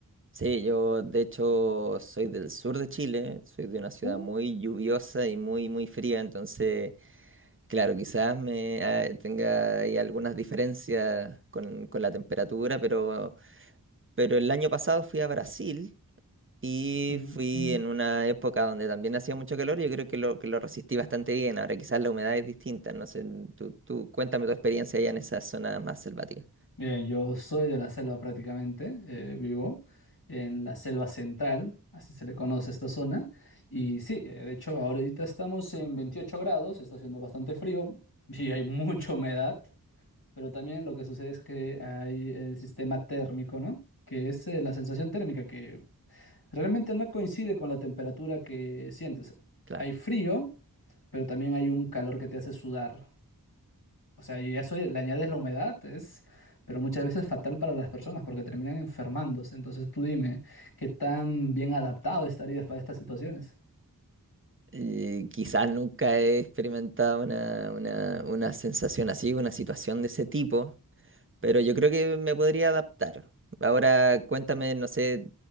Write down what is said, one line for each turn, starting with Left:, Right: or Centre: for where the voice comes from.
Right: Sí, yo de hecho soy del sur de Chile, soy de una ciudad
Left: Uh,
Right: muy lluviosa y muy, muy fría, entonces, claro, quizás me ah, tenga ahí algunas diferencias con, con la temperatura, pero, pero el año pasado fui a Brasil Y
Left: Mm.
Right: fui en una época donde también hacía mucho calor y yo creo que lo, que lo resistí bastante bien. Ahora quizás la humedad es distinta, no sé, tú, tú cuéntame tu experiencia allá en esa zona más selvática.
Left: Bien, yo soy de la selva prácticamente, eh, vivo en la selva central, así se le conoce a esta zona. Y sí, eh, de hecho, ahorita estamos en 28 grados, está haciendo bastante frío y hay mucha humedad, pero también lo que sucede es que hay el sistema térmico, ¿no? Que es eh, la sensación térmica que realmente no coincide con la temperatura que sientes.
Right: Claro.
Left: Hay frío, pero también hay un calor que te hace sudar. O sea, yo ya soy, le añades la humedad, es, pero muchas veces fatal para las personas porque terminan enfermándose. Entonces tú dime, ¿qué tan bien adaptado estarías para estas situaciones?
Right: Eh, quizás nunca he experimentado una, una, una sensación así, una situación de ese tipo. Pero yo creo que me podría adaptar. Ahora cuéntame, no sé,